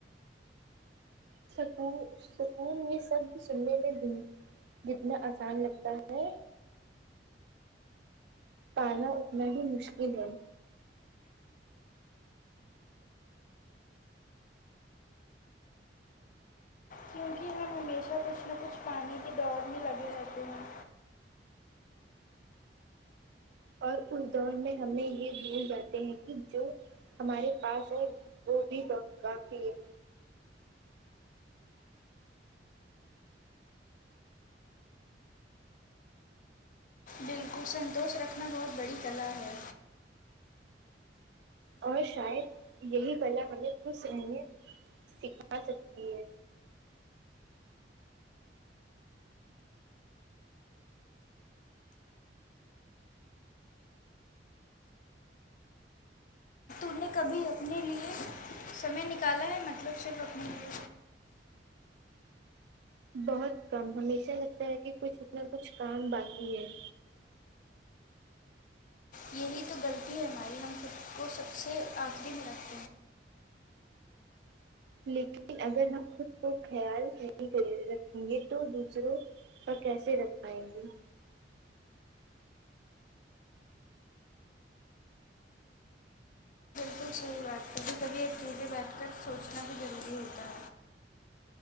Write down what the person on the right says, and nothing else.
سک سکون یہ سب سننے میں جتنا آسان لگتا ہے پانا اٹنا بھی مشکل ہے
اور اس دور میں ہمیں یہ بھول جاتے ہیں کہ جو ہمارے پاس ہے وہ بھی بہت کافی ہے
اور شاید یہی کلا ہمیں خوش رہنے سکھا سکتی ہے
بہت کم ہمیشہ لگتا ہے کہ کچھ نہ کچھ کام باقی ہے
لیکن اگر ہم خود کو خیال نہیں کر رکھیں گے تو دوسروں اور کیسے رکھ پائیں گی